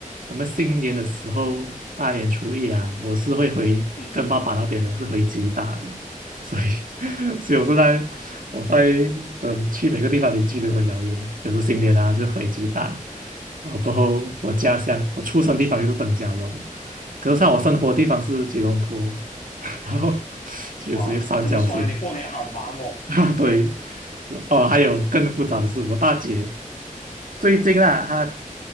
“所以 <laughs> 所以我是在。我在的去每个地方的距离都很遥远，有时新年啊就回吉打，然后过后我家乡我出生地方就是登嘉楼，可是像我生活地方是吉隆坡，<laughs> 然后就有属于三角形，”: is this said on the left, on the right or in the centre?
Right